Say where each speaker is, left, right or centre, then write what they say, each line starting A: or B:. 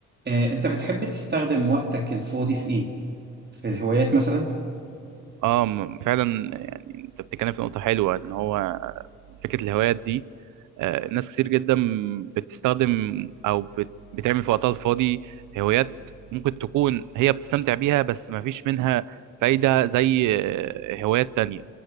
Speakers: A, on the right; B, on the right.
A: آه، انت بتحب تستخدم وقتك الفاضي في ايه في الهوايات مثلا
B: اه م- فعلا يعني انت بتتكلم في نقطة حلوة ان هو فكرة الهوايات دي آه، ناس كتير جدا بتستخدم او بت- بتعمل في وقتها الفاضي هوايات ممكن تكون هي بتستمتع بيها بس ما فيش منها فايدة زي آه، هوايات تانية